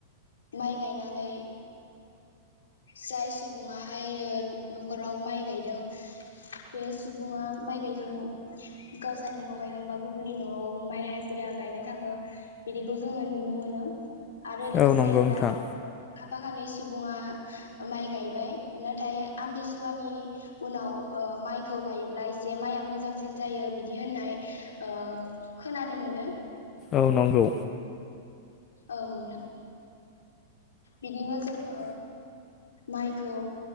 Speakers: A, on the left; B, on the left.
A: माइ गायनानै जाय सुबुङाहाय ओ न'खराव माइ गायदों बे सुबुङा माइ गायखाङो गावसोरनि न' गायखांबा गुबुननि न'आव माइ हाजिरा गायनो थाङो बिदिखौ जोङो नुनो मोनो। आरो लोगोसे
B: औ नंगौ नोंथां
A: दाथ' <inaudible> खाफाखानै सुबुङा माइ गायबाय नाथाय आमथिसुवानि उनाव माइखौ गायोब्ला एसे माइआ मोजांसिन जायो बिदि होननाय ओ खोनानो मोनो।
B: औ नंगौ।
A: औ नोंथां बिदिनो जोङो माइखौ